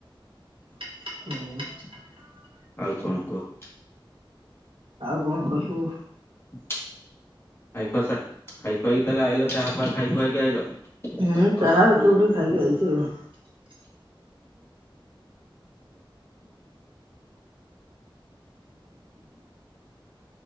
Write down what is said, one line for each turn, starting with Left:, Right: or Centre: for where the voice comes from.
Right: ହୁଁ।
Left: ଆଉ କଣ କୁହ?
Right: ଆଉ କଣ କହିବୁ?
Left: ଖାଇ ଖୁଆ ସା ଖାଇ ଖୁଆଇକି ତାହେଲେ ଆଇଲ। ତାହେଲେ, ଖୁଆ ଖାଇ ଖୁଆାଇକି ଆଇଲ?
Right: ହେ
Left: ଆଉ
Right: ଚାହା ରୁଟି
Left: ହଉ
Right: ଫୁଟି ଖାଇକି ଆଇଛି ଆଉ।